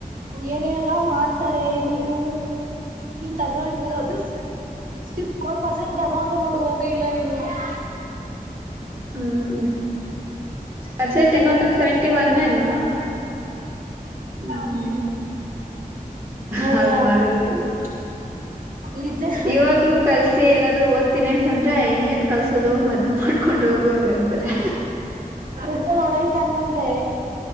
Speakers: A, on the right (about 65°); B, on the right (about 15°).
A: ಏನೇನಲ್ಲ ಮಾಡ್ತಾರೆ ನೀನು ತಗೊಂಡು ಅದು ಸಿಕ್ಟಿಫೋರ ಪರ್ಸೆಂಟ್ ತಗೊಂಡು ನೋಡು ಹ ಇಲ್ಲ ನೀನು ಇಲ್ಲ
B: ಹ್ಮ್ ಪರ್ಸೆಂಟೇಜ್
A: ಜಗಳ
B: ಬಂದು
A: ಗಿಗಳ
B: ಸೆವೆಂಟಿ
A: ಮಾಡಿ
B: ಒನ್ ಏನೋ ಹ್ಮ
A: ಹ್ಮ್ ನೋಡ್ದ
B: ಹಂಗ್ ಮಾಡದ್ರಿ ಇವರು
A: ಈ ತರ
B: ಇವಾಗ್ಲು ಕಲ್ಸಿ ಏನಾದ್ರು ತ್ತಿನಿ ಅಂತಂದ್ರೆ ಇನ್ನೇನ್ ಕಲ್ಸೋದು ಮದುವೆ ಮಾಡ್ಕೊಂಡ್ ಹೋಗ ಹಂಗಂತಾರೆ
A: ಹುಡ್ಕೊಂಡೋಡೈತ್ ಹಂಗಂದ್ರೆ